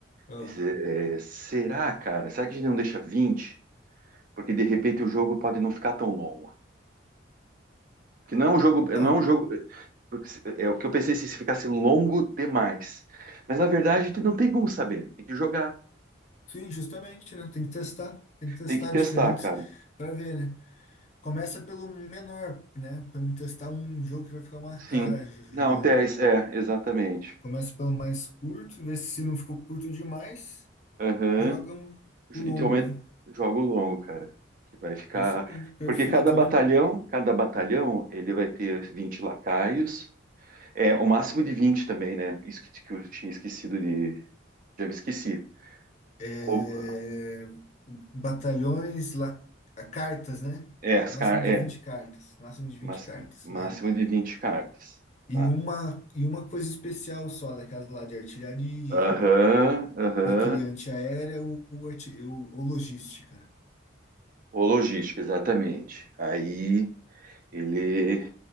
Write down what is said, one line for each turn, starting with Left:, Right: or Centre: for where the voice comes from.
Left: ah,
Right: Esse- é, será, cara? Será que a gente não deixa 20? Porque de repente o jogo pode não ficar tão longo. Que não é um jogo,
Left: Então,
Right: eh, não é um jogo. eh, porque se- eh, É o que eu pensei se ficasse longo demais. Mas na verdade a gente não tem como saber. Tem que jogar,
Left: sim, justamente, né? Tem que testar. Tem que testar
Right: tem que testar,
Left: diferentes
Right: cara.
Left: para ver, né? Começa pelo menor, né? Para não testar um jogo que vai ficar uma
Right: Sim.
Left: cara jo- jogando,
Right: Não, test,
Left: né?
Right: é, exatamente.
Left: Começa pelo mais curto, vê se não ficou curto demais,
Right: Aham.
Left: joga o
Right: Ju-
Left: o longo,
Right: Então, é-
Left: né?
Right: jogo longo, cara. Que vai ficar.
Left: Isso mesmo, perfeito,
Right: Porque cada batalhão,
Left: né?
Right: cada batalhão, ele vai ter 20 lacaios. É, o máximo de 20 também, né? Isso que, que eu tinha esquecido de. Já me esqueci.
Left: é,
Right: Ou,
Left: batalhões, la, a- cartas, né?
Right: é, as
Left: Máximo
Right: car
Left: de
Right: é,
Left: 20 cartas. Máximo de vinte
Right: mas,
Left: cartas.
Right: máximo
Left: aham.
Right: de vinte cartas.
Left: E
Right: Tá.
Left: uma, e uma coisa especial só, daquelas lá de artilharia,
Right: Aham, aham.
Left: bateria antiaérea ou, ou, arti- ou- ou logística. né?
Right: O logística, exatamente. Aí ele.